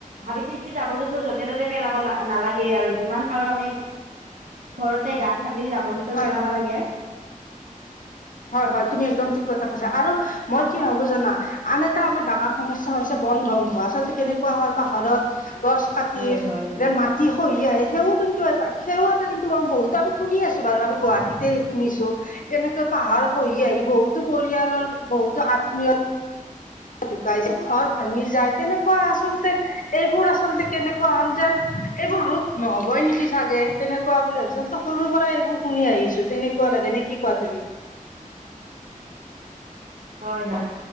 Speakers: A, on the right (about 65°); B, on the left (about 70°).
A: ভাবি চিন্তি জাবৰ জোঁথৰ যতে ত'তে পেলাবা নালাগে আৰু যিমান পাৰো আমি ঘৰতে গাঁত খান্দি জাবৰ জোতৰ
B: হয়
A: পেলাবা লাগে
B: হয় হয় তুমি একদম ঠিক কথা কৈছা আৰু মই কি ভাবো জানা আন এটা আমাৰ ডাঙৰ সমস্যা হৈছে বন ধ্বংস আচলতে কেনেকুৱা হয় পাহাৰত গছ কাটি
A: হয় হয়।
B: যেন মাটি খহি আহে সেও কিন্তু এটা সেও এটা কিন্তু বহুত আমি শুনি আছো বাৰু আমি গুৱাহাটীতে শুনিছো এনেকে পাহাৰ খহি আহি বহুতো পৰিয়ালৰ বহুতো আত্মীয় ধোকাইছে ঘৰ ভাঙি যায় তেনেকুৱা আচলতে এইবোৰ আচলতে কেনেকুৱা যেন এইবোৰ ৰোধ নহবই নেকি চাগে তেনেকুৱা বুলি ভাবি সৰুৰ পৰা এইবোৰ শুনি আহিছো তেনেকুৱা লাগে নে কি কোৱা তুমি
A: হয় হয়